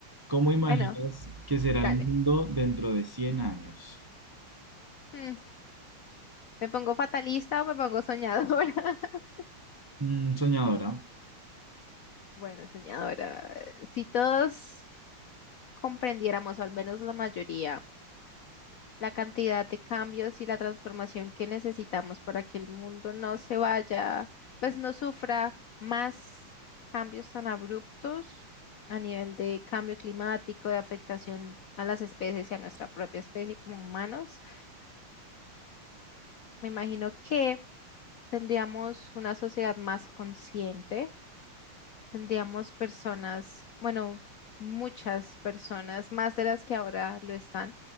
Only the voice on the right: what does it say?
¿Cómo imaginas
que será
el mundo dentro de cien años?
Mm, soñadora.